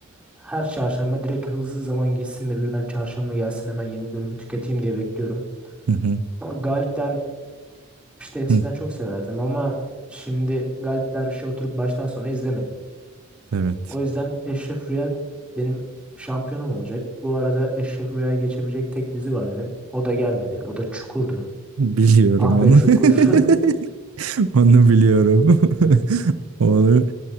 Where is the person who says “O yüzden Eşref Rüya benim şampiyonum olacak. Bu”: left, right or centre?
Centre